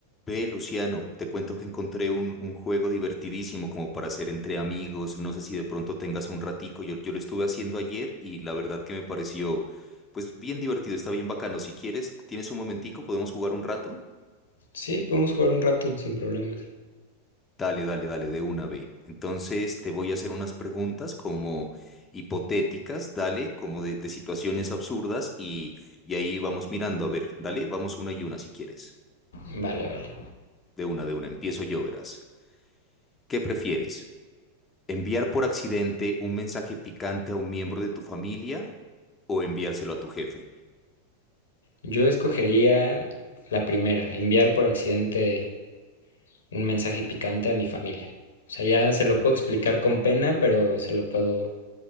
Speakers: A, on the left; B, on the left.
A: Ve, Luciano, te cuento que encontré un, un juego divertidísimo como para hacer entre amigos. No sé si de pronto tengas un ratico. Yo, yo lo estuve haciendo ayer y la verdad que me pareció, pues bien divertido, está bien bacano. Si quieres, tienes un momentico, podemos jugar un rato.
B: Sí, podemos jugar un rato sin problemas.
A: Dale, dale, dale, de una ve. Entonces te voy a hacer unas preguntas como hipotéticas, dale, como de, de situaciones absurdas y, y ahí vamos mirando. A ver, dale, vamos una y una si quieres.
B: Vale, vale.
A: De una, de una, empiezo yo, verás. ¿Qué prefieres? ¿Enviar por accidente un mensaje picante a un miembro de tu familia o enviárselo a tu jefe?
B: Yo escogería la primera, enviar por accidente un mensaje picante a mi familia. O sea, ya se lo puedo explicar con pena, pero se lo puedo,